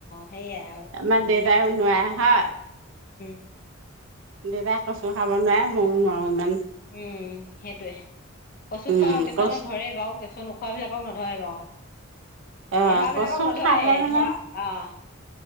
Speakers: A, on the left (about 45°); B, on the right (about 80°).
A: সেইয়াই
B: আমাৰ
A: আৰু
B: দেউতাইও নোৱাৰে হা।
A: উ <unintelligible>
B: দেতা কচো খাব নোৱাৰাৰে মই নোৱাৰো ইমান।
A: উম সেইটয়ে, কচু
B: উম
A: খোৱা কিছুমানক
B: কচু
A: ধৰে। বাৰু কিছু নোখোৱাাবলাকক নধৰে বাৰু।
B: অ
A: নধৰাবিলাকক
B: কচু
A: নধৰেয়ে
B: খালে মানে
A: ধৰা অ